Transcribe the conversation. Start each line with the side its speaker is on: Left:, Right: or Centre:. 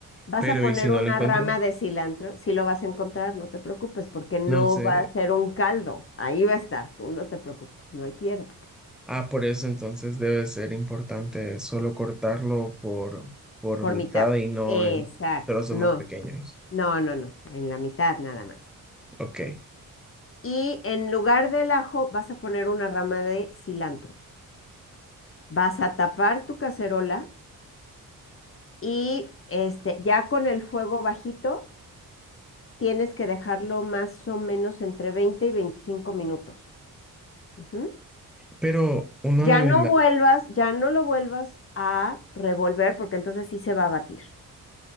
Left: vas
Centre: Pero
Left: a poner
Centre: ¿y si no
Left: una
Centre: lo encuentro?
Left: rama de cilantro, si lo vas a encontrar, no te preocupes, porque no
Centre: No sé.
Left: va a ser un caldo, ahí va a estar, tú no te preocupes, no hay pierde,
Centre: Ah, por eso entonces debe ser importante solo cortarlo por, por
Left: por
Centre: mitad
Left: mitad.
Centre: y no
Left: Exacto,
Centre: en trozos
Left: no.
Centre: más pequeños.
Left: No, no, no, en la mitad nada más.
Centre: Ok.
Left: Y en lugar del ajo vas a poner una rama de cilantro. Vas a tapar tu cacerola y este, ya con el fuego bajito tienes que dejarlo más o menos entre 20 y 25 minutos. Ujú.
Centre: Pero uno
Left: Ya
Centre: de
Left: no
Centre: la...
Left: vuelvas, ya no lo vuelvas a revolver porque entonces sí se va a batir.